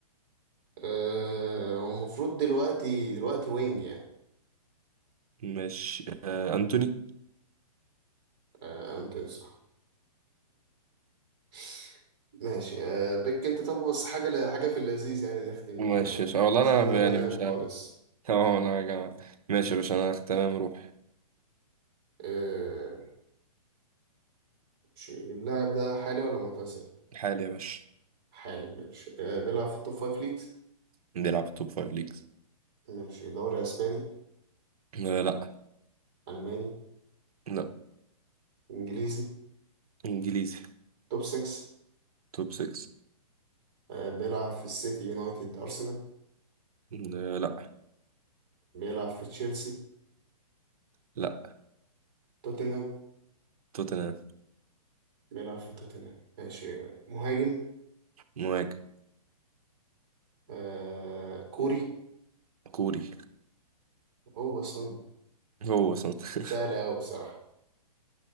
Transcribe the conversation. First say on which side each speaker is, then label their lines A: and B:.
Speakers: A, on the right; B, on the right.
A: آه، هو المفروض دلوقتي دلوقتي وينج يعني
B: ماشي أه... أنتوني
A: آه، أنتوني صح <laughs> ماشي آه، بيك أنت طب بس حاجة ل- حاجة في اللذيذ يعني نختم
B: ماشي
A: بيها
B: ماشي والله
A: عشان أنا
B: أنا
A: بنام
B: يعني مش
A: خالص
B: ه- اه أنا يا جماعة ماشي يا باشا أنا تمام روح
A: آه، ماشي اللاعب ده حالي ولا معتزل؟
B: حالي يا باشا
A: حالي ماشي آه، بيلعب في التوب فايف ليجز
B: بيلعب في توب فايف ليجز
A: ماشي دوري اسباني
B: أه لا
A: الماني
B: لا
A: انجليزي
B: إنجليزي
A: توب 6
B: توب 6
A: آه، بيلعب في السيتي يونايتد ارسنال
B: أه لا
A: بيلعب في تشيلسي
B: لا
A: توتنهام
B: توتنهام
A: بيلعب في توتنهام ماشي آه، مهاجم
B: مهاجم
A: آه كوري
B: كوري
A: هو سون
B: هو صوت <laughs>
A: سهل قوي بصراحة